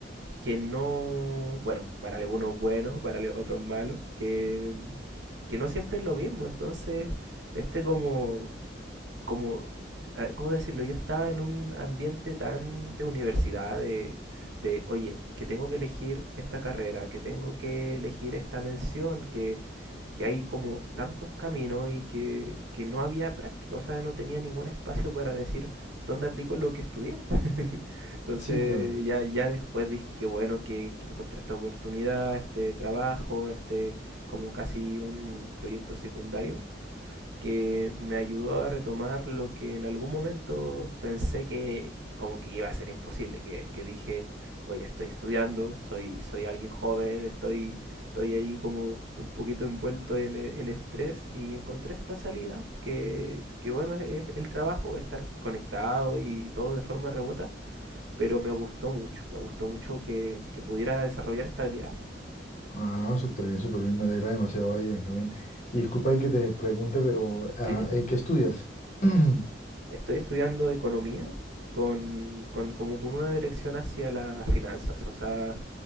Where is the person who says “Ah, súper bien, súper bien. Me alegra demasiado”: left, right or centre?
Left